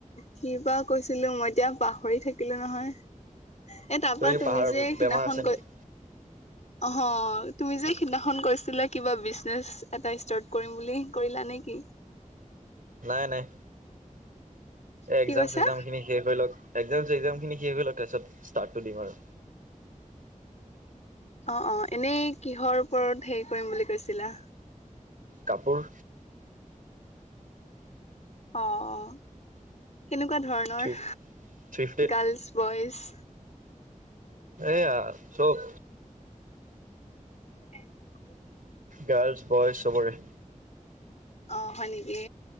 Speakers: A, on the left; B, on the right.
A: কি বা কৈছিলো মই এতিয়া পাহৰি থাকিলো নহয় এ তাৰ পৰা
B: কি
A: তুমি
B: পাহাৰ
A: যে সেইদিনাখন
B: বেমাৰ আছে নেকি?
A: অ হ তুমি যে সিদিনাখন কৈছিলা কিবা বিজনেছ এটা ষ্টাৰ্ট কৰিম বুলি কৰিলা নে কি?
B: নাই নাই। এ
A: কি
B: একজাম
A: কৈছা
B: চেকজাম খিনি শেষ হৈ লওঁক একজাম চেকজাম খিনি শেষ হৈল তাৰপিছত ষ্টাৰ্টটো দিম আৰু
A: অ অ এনেই কিহৰ ওপৰত হেৰি কৰিম বুলি কৈছিলা
B: কাপোৰ
A: অ অ কেনেকুৱা কেনেকুৱা ধৰণৰ
B: থ্ৰী ফিফটিত
A: গাৰ্লছ বইজ
B: এয়া চব
A: <unintelligible>
B: গাৰ্লছ বইজ চবৰে
A: অ হয় নেকি